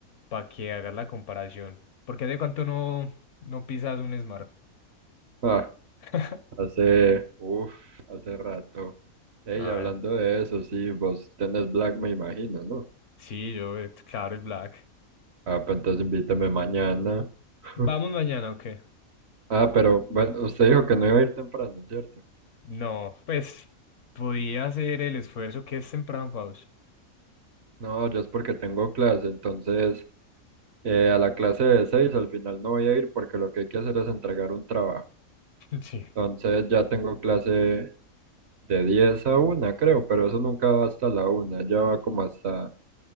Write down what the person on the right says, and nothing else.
Ah,
hace, uf, hace rato. Ey,
hablando de eso, sí, vos tenés Black, me imagino, ¿no?
Ah, pues entonces invítame mañana. <laughs>
Ah, pero bueno, usted dijo que no iba a ir temprano, ¿cierto?
No, yo es porque tengo clase, entonces eh, a la clase de seis al final no voy a ir porque lo que hay que hacer es entregar un trabajo.
Entonces ya tengo clase de 10 a una creo, pero eso nunca va hasta la una ya va como hasta,